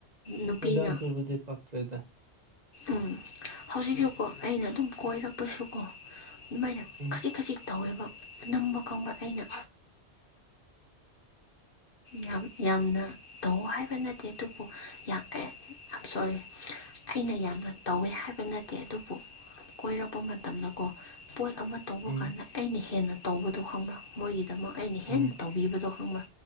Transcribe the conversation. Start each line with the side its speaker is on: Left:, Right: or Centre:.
Left: ꯅꯨꯄꯤꯅ
Right: ꯍꯣꯗ ꯑꯗꯨꯕꯨꯗꯤ ꯄꯛꯇ꯭ꯔꯦꯗ
Left: ꯎꯝ ꯍꯧꯖꯤꯛꯁꯨꯀꯣ ꯑꯩꯅ ꯑꯗꯨꯝ ꯀꯣꯏꯔꯛꯄꯁꯨꯀꯣ ꯑꯗꯨꯃꯥꯏꯅ
Right: ꯎꯝ
Left: ꯈꯖꯤꯛ ꯈꯖꯤꯛ ꯇꯧꯋꯦꯕ ꯑꯅꯝꯕ ꯈꯪꯕ ꯑꯩꯅ ꯌꯥꯝ ꯌꯥꯝꯅ ꯇꯧꯋꯣ ꯍꯥꯏꯕ ꯅꯠꯇꯦ ꯑꯗꯨꯕꯨ ꯌꯥꯝ ꯑꯦ ꯑꯥꯝ ꯁꯣꯔꯤ ꯑꯩꯅ ꯌꯥꯝꯅ ꯇꯧꯋꯦ ꯍꯥꯏꯕ ꯅꯠꯇꯦ ꯑꯗꯨꯕꯨ ꯀꯣꯏꯔꯛꯄ ꯃꯇꯝꯗꯀꯣ ꯄꯣꯠ ꯑꯃ ꯇꯧꯕ
Right: ꯎꯝ
Left: ꯀꯥꯟꯗ ꯑꯩꯅ ꯍꯦꯟꯅ ꯇꯧꯕꯗꯣ ꯈꯪꯕ꯭ꯔꯥ ꯃꯣꯏꯒꯤꯗꯃꯛ ꯑꯩꯅ
Right: ꯎꯝ
Left: ꯍꯦꯟꯅ ꯇꯧꯕꯤꯕꯗꯣ ꯈꯪꯕ꯭ꯔꯥ